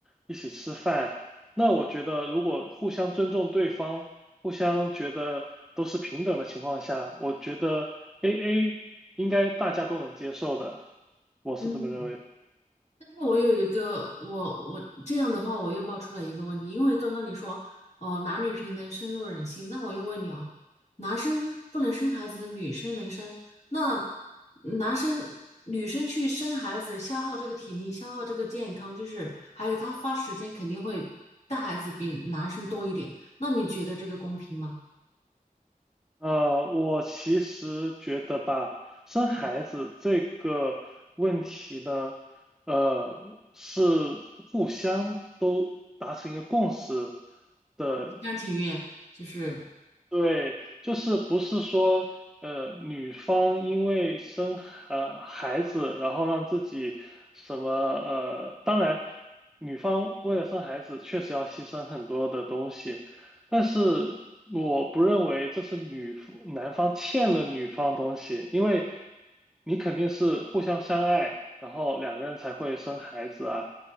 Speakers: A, in the centre; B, on the left.
A: 一起吃饭，那我觉得如果互相尊重对方，互相觉得都是平等的情况下，我觉得 AA。应该大家都能接受的，我是这么认为的
B: 嗯。但是我有一个，我我这样的话，我又冒出来一个问题，因为刚刚你说哦，男女平等深入人心，那我又问你哦，男生不能生孩子，女生能生，那男生女生去生孩子，消耗这个体力，消耗这个健康，就是还有他花时间肯定会带孩子比男生多一点，那你觉得这个公平吗？
A: 呃，我其实觉得吧，生孩子这个问题呢，
B: 嗯，
A: 呃，是互相都达成一个共识的。
B: 心甘情愿，就是
A: 对，就是不是说，呃，女方因为生呃孩子，然后让自己什么呃，当然，女方为了生孩子确实要牺牲很多的东西，但是我不认为这是女夫男方欠了女方东西，因为你肯定是互相相爱，然后两个人才会生孩子啊，